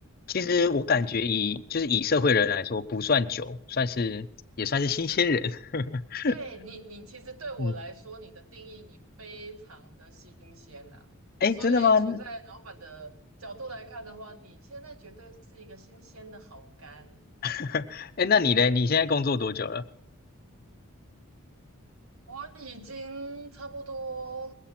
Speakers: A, on the left; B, on the right.
A: 其实我感觉以就是以社会人来说不算久，
B: 嗯。
A: 算是也算是新鲜人。<laughs>
B: 对你，你其实对我来说，
A: 嗯，
B: 你的定义你非常的新鲜呐、
A: 哎，
B: 所以处在老板的角度来看的话，
A: 真的吗？
B: 你现在绝对是一个新鲜的好干。
A: <laughs> 哎，那你嘞？你现在工作多久了？
B: 我已经差不多，